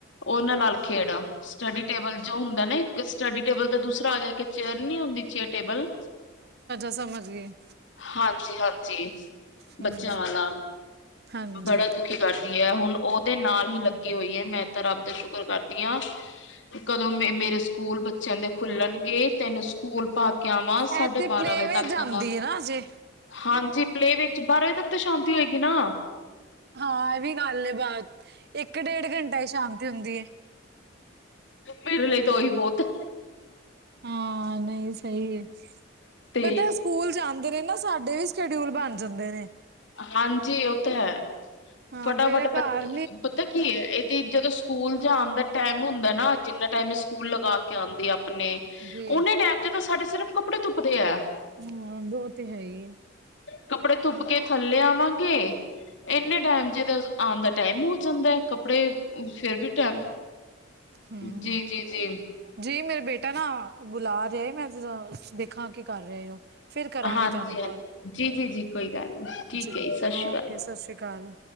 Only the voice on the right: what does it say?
ਸਮਝ ਗਈ।
ਹੂੰ
ਹਾਂਜੀ।
ਐ ਤੇ
ਪਲੇਵੇ
ਜਾਂਦੀ
ਹੈ ਨਾ ਅਜੇ।
ਹਾਂ ਐ ਵੀ ਗੱਲ ਏ ਬਾਤ ਇੱਕ-ਡੇਢ ਘੰਟਾ ਈ ਸ਼ਾਂਤੀ ਹੁੰਦੀ ਏ।
ਹਾਂ ਨਈ ਸਈ ਵਿੱਚ
ਪਤਾ ਸ ਸਕੂਲ ਜਾਂਦੇ ਰੇ ਨਾ ਸਾਡੇ ਵੀ ਸ਼ਐਡਿਊਲ ਬਣ ਜਾਂਦੇ ਨੇ।
ਹਾਂ
ਫੇਰ ਐ ਕਾੱਰ
ਜੀ
ਹਾਂ ਬੋ ਤੇ ਹੈ ਈ ਏ।
ਹਮ
ਜੀ ਮੇਰਾ ਬੇਟਾ ਨਾ ਬੁਲਾ ਰਿਆ ਮੈਂ ਦੇਖਾਂ ਕੀ ਕਰ ਰਏ ਓ। ਫਿਰ ਕਰਾਂਗੀ
ਤੁਹਾਨੂੰ ਕਾੱਲ
ਜੀ
ਓਕੇ
ਸਤਿ ਸ੍ਰੀ ਅਕਾਲ।